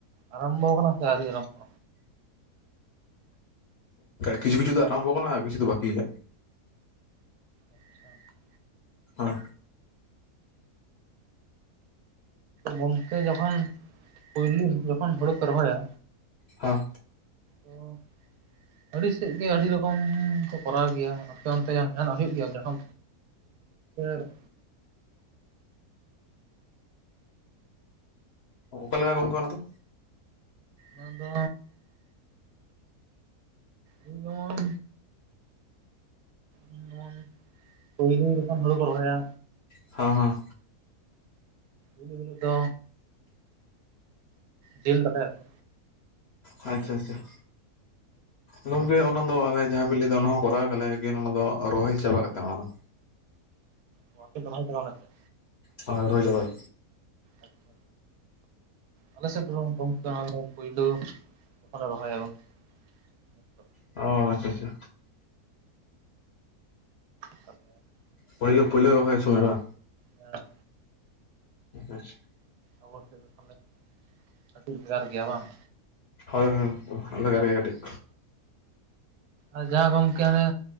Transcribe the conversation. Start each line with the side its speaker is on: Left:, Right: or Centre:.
Right: ᱟᱨᱟᱢᱵᱚᱣ ᱠᱟᱱᱟ ᱥᱮ ᱟᱹᱣᱨᱤ ᱟᱨᱟᱢᱵᱚ?
Left: ᱠᱤᱪᱷᱩ ᱠᱤᱪᱷᱩ ᱫᱚ ᱟᱨᱟᱢᱵᱚᱣ ᱠᱟᱱᱟ ᱠᱤᱪᱷᱩ ᱫᱚ ᱵᱟᱠᱤ ᱜᱮᱭᱟ᱾
Right: <inaudible>
Left: ᱦᱚᱭ
Right: ᱜᱚᱢᱠᱮ ᱡᱚᱠᱷᱚᱱ ᱯᱩᱭᱞᱩ ᱡᱚᱠᱷᱚᱱ ᱦᱩᱲᱩ ᱯᱮ ᱨᱚᱦᱚᱭᱟ
Left: ᱦᱟ
Right: ᱚ ᱟᱹᱰᱤ ᱥᱮᱫ ᱜᱮ ᱟᱹᱰᱤ ᱨᱚᱠᱚᱢ ᱠᱚ ᱠᱚᱨᱟᱣ ᱜᱮᱭᱟ ᱟᱯᱮ ᱚᱱᱛᱮ ᱡᱟᱦᱟᱱᱟᱜ ᱦᱩᱭᱩᱜ ᱜᱮᱭᱟ? <unintelligible>
Left: ᱚᱠᱟ ᱞᱮᱠᱟ ᱜᱚᱝᱠᱮ ᱚᱱᱟ ᱫᱚ?
Right: ᱚᱱᱟ ᱫᱚ ᱮᱭ ᱡᱮᱢᱚᱱ ᱡᱮᱢᱚᱱ ᱯᱩᱭᱞᱩ ᱡᱚᱠᱷᱚᱱ ᱦᱩᱲᱩ ᱠᱚ ᱨᱚᱦᱚᱭᱟ
Left: ᱦᱟᱸ ᱦᱟᱸ
Right: ᱩᱱ ᱦᱤᱞᱳᱜ ᱫᱚ ᱡᱤᱞ ᱫᱟᱠᱟᱭᱟᱠᱚ,
Left: ᱟᱪᱷᱟ ᱟᱪᱷᱟ ᱜᱚᱢᱠᱮ ᱚᱱᱟ ᱫᱚ ᱟᱞᱮ ᱡᱟᱦᱟᱸ ᱵᱤᱱ ᱞᱟᱹᱭ ᱫᱟ ᱚᱱᱟ ᱦᱚᱸ ᱠᱚᱨᱟᱣ ᱜᱮᱭᱟᱞᱮ ᱞᱮᱠᱤᱱ ᱚᱱᱟ ᱫᱚ ᱨᱚᱦᱚᱭ ᱪᱟᱵᱟ ᱠᱟᱛᱮᱜ ᱚᱱᱟ ᱫᱚ᱾
Right: ᱚ ᱟᱯᱮ ᱫᱚ ᱨᱚᱦᱚᱭᱟ ᱪᱟᱵᱟ ᱠᱟᱛᱮᱫ
Left: ᱦᱳᱭ ᱨᱚᱦᱚᱭ ᱪᱟᱵᱟᱨ
Right: ᱟᱪᱪᱷᱟ ᱟᱞ ᱥᱮᱫ ᱫᱚ ᱜᱚᱝ ᱜᱚᱝᱠᱮ ᱚᱱᱟ ᱯᱩᱭᱞᱳ ᱡᱚᱠᱷᱚᱱ ᱞᱮ ᱨᱚᱦᱚᱭᱟ ᱩᱱ ᱦᱤᱞᱳᱜ
Left: ᱚ ᱪᱷᱟ ᱪᱷᱟ
Right: <unintelligible>
Left: ᱯᱳᱭᱞᱳ ᱯᱳᱭᱞᱳ ᱨᱚᱦᱚᱭ ᱥᱚᱢᱚᱭ ᱵᱟ
Right: ᱦᱮᱸ
Left: ᱟᱪᱷᱟ
Right: ᱟᱵᱚ ᱥᱮᱫ ᱫᱚ ᱛᱟᱦᱞᱮ ᱠᱟᱹᱴᱤᱜ ᱵᱷᱮᱜᱟᱨ ᱜᱮᱭᱟ ᱵᱟᱝ?
Left: ᱦᱳᱭ ᱦᱳᱭ ᱩᱱᱠᱩ ᱵᱷᱮᱜᱟᱨ ᱜᱮ ᱠᱟᱹᱴᱤᱡ
Right: ᱟᱨ ᱡᱟᱦᱟᱸ ᱜᱚᱢᱠᱮ ᱚᱱᱮ